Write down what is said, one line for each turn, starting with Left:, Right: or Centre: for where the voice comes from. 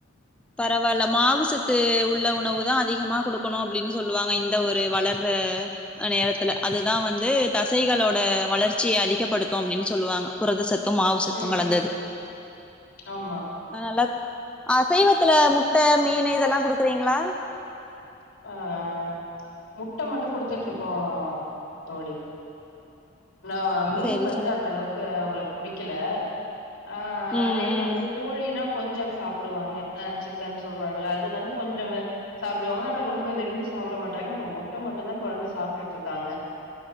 Centre: பரவாயில்ல மாவுசத்து உள்ள உணவு தா அதிகமா குடுக்கணூ அப்டின்னு சொல்லுவாங்க இந்த ஒரு வளர்ற நேரத்துல அதுதா வந்து தசைகளோட வளர்ச்சியை அதிகப்படுத்தூ அப்டின்னு சொல்லுவாங்க புரதசத்தூ மாவுசத்தூ
Left: ம்
Centre: கலந்தது
Left: ஆமா
Centre: அதனால அசைவத் த்துல முட்ட மீனூ இதெல்லா குடுக்கறீங்ளா
Left: ஆம் முட்ட மட்டூ குடுத்துட்டு இருக்கோ தோழி நா மீன்
Centre: சேரி
Left: வந்து
Centre: சேரி
Left: அந்த அளவுக்கு அவங்களுக்கு புடிக்கல ஆ
Centre: ம்
Left: அதே
Centre: ம்
Left: வந்து கோழினா கொஞ்சொ சாப்புடுவாங்க ஆ சிக்கன் சொல்றாங்கில்ல அது வந்து கொஞ்சொ வே சாப்பிடுவாங்க ஆனாப் ரொம்ப விரும்பி சாப்ட மாட்டாங்க அப்பறோ முட்ட மட்டூ தா கெழந்த சாப்டுட்டு இருக்காங்க